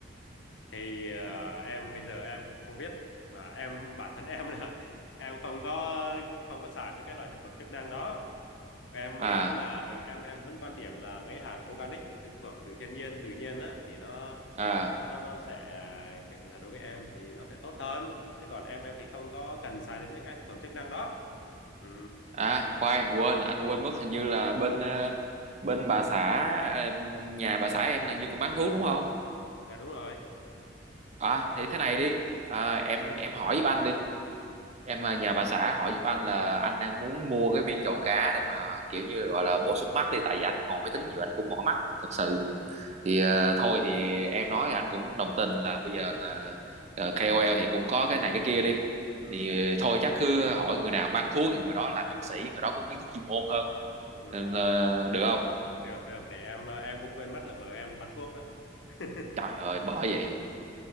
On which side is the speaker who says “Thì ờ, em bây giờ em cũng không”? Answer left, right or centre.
Left